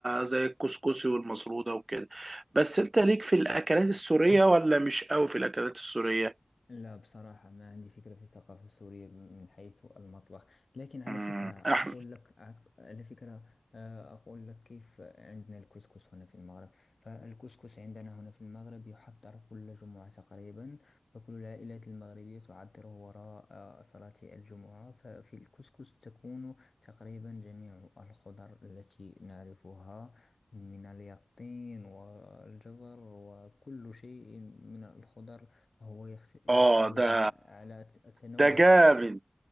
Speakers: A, on the right; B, on the left.
A: زي الكسكسي والمسرودة وكده بس انت ليك في الاكلات السورية ولا مش قوي في الاكلات السورية؟
B: لا بصراحة ما عندي فكرة في الثقافة السورية من حيث المطبخ لكن على
A: مم،
B: فكرة أقول
A: احنا
B: لك أق- على فكرة آه، أقول لك كيف عندنا الكسكس هنا في المغرب فالكسكس عندنا هنا في المغرب يحضر كل جمعة تقريبا فكل العائلات المغربية تعطره وراء آه، صلاة الجمعة ففي الكسكس تكون تقريبا جميع الخضر التي نعرفها من اليقطين والجزر وكل شيء من الخضر هو يخت- يحتوي
A: اه ده
B: على على ت- تنوع
A: ده جامد